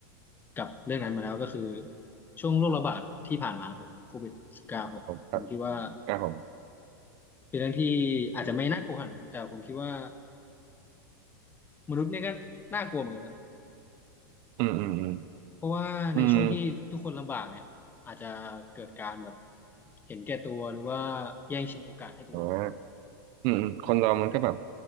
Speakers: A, on the left (about 15°); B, on the right (about 50°).
A: กับเรื่องนั้นมาแล้วก็คือช่วงโรคระบาดที่ผ่านมาผมโควิดสิบเก้าผมผมคิดว่า
B: ครับ ครับผม
A: เป็นเรื่องที่อาจจะไม่น่ากลัวขนาดนั้นแต่ผมคิดว่ามนุษย์เนี่ยก็น่ากลัวเหมือนกันนะ
B: อืมอืมอืม
A: เพราะว่าในช่วงที่ทุกคนลำบากเนี่ยอาจจะเกิดการแบบ
B: อืม
A: เห็นแก่ตัวหรือว่าแย่งชิงโอกาสให้ตัวเอง
B: แต่ว่าอืมอืมคนเรามันก็แบบ